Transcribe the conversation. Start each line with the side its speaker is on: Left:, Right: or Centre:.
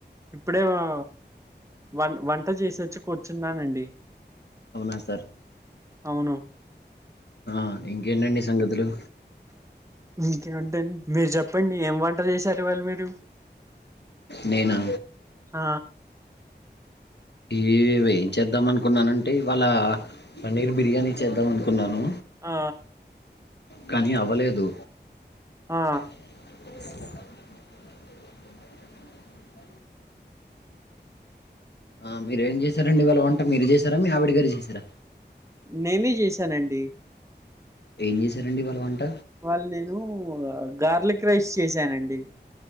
Right: ఇప్పుడే వా వన్ వంట చేసొచ్చి కూర్చున్నానండి
Left: అవునా సార్
Right: అవును
Left: ఆ ఇంకేంటండి సంగతులు
Right: ఇంకేముంటాయండి మీర్ జెప్పండి ఏం వంట చేశారు ఇవాళ మీరు
Left: నేనా
Right: హ
Left: ఎవి ఏం చేద్దాం అనుకున్నానంటే ఇవాళ పన్నీర్ బిర్యానీ చేద్దాం అనుకున్నాను
Right: ఆ
Left: కానీ అవ్వలేదు
Right: ఆ
Left: <inaudible> ఆ మీరేం చేశారండి ఇవాళ వంట మీరు చేసారా మీ ఆవిడ గారు చేశారా
Right: నేనే చేసానండి
Left: ఏం చేశారండి ఇవాళ వంట
Right: ఇవాళ్ నేను గార్లిక్ రైస్ చేసానండి